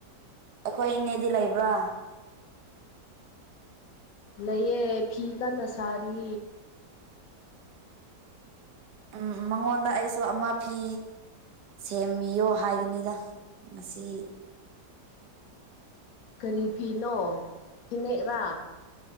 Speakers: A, on the right (about 75°); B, on the left (about 65°).
A: ꯑꯩꯈꯣꯏ ꯏꯅꯦꯗꯤ ꯂꯩꯕ꯭ꯔꯥ
B: ꯂꯩꯌꯦ ꯐꯤ ꯀꯟꯅ ꯁꯔꯤ
A: ꯎꯝ ꯎꯝ ꯃꯉꯣꯟꯗ ꯑꯩꯁꯨ ꯑꯃ ꯐꯤ ꯁꯦꯝꯕꯤꯌꯣ ꯍꯥꯏꯒꯅꯤꯗ ꯉꯁꯤ
B: ꯀꯔꯤ ꯐꯤꯅꯣ ꯐꯤꯅꯦꯛꯔꯥ